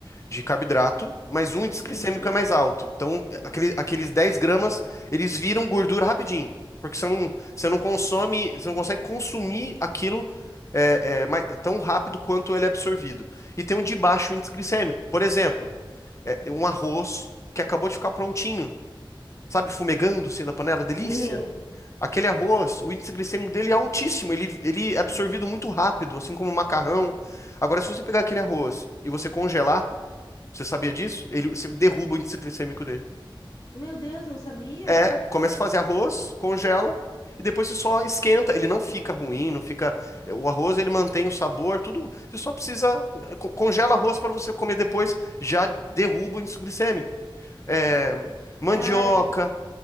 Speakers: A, on the left (about 35°); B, on the left (about 50°).
A: de carboidrato, mas o índice glicêmico
B: uhum,
A: é mais alto. Então, aquele- aqueles 10 gramas, eles viram gordura rapidinho. Porque você não, você não consome, você não consegue consumir aquilo é, é, mai- tão rápido quanto ele é absorvido. E tem um de baixo índice glicêmico. Por exemplo, é, um arroz que acabou de ficar prontinho, sabe, fumegando assim na panela, delícia.
B: uhum.
A: Aquele arroz, o índice glicêmico dele é altíssimo, ele, ele é absorvido muito rápido, assim como o macarrão. Agora, se você pegar aquele arroz e você congelar, você sabia disso? Ele, você derruba o índice glicêmico dele.
B: Meu Deus, eu não sabia?
A: É, começa a fazer arroz, congela, e depois você só esquenta. Ele não fica ruim, não fica. O arroz, ele mantém o sabor, tudo. Você só precisa. con- Congela arroz para você comer depois, já derruba o índice glicêmico. É, mandioca.
B: Cara, que,